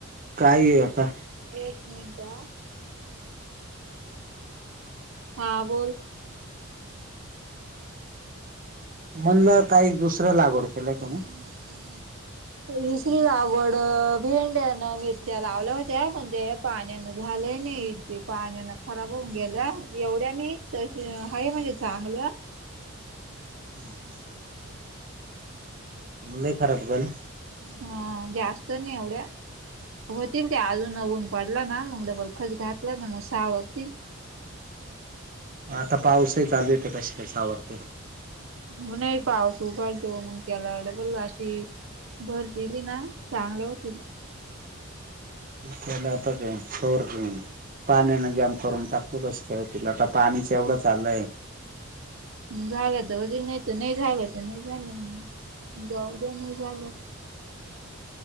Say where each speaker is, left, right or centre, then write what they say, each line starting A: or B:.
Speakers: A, on the right (about 40°); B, on the right (about 65°).
A: काय आता
B: एक मिनट हा. हा बोल.
A: म्हणलं काही दुसरं लागवड केलंय का मग
B: हम्म <unintelligible> दुसरी लागवड भिंड्यान मिरच्या लावल्या होत्या पण ते पाण्यान झालंय नाहीे ते पाण्यान खराब होऊन गेलं एवढ्या नाही तस हत्र म्हणजे चांगल
A: <inaudible> <unintelligible> लय खराब झालं
B: हा जास्त नाही एवढ्या होतील ते अजून वून पडलं ना मग डबल खच घातलं ना मग सा होतील.
A: आता पाऊसही चालू आहे तर कशी काय सावरते?
B: उन नाही पाऊस उघडतो मग त्याला ब अशी भर दिली ना चांगले होतील.
A: त्याला आता काय <unintelligible> पाण्याने जाम करून टाकतो. कस तिला आता पाणीच एवढंच चालूय.
B: झालं तर अजून नाही तर नाही झाल. तर नाही झालं जाऊद्या नाही झालं.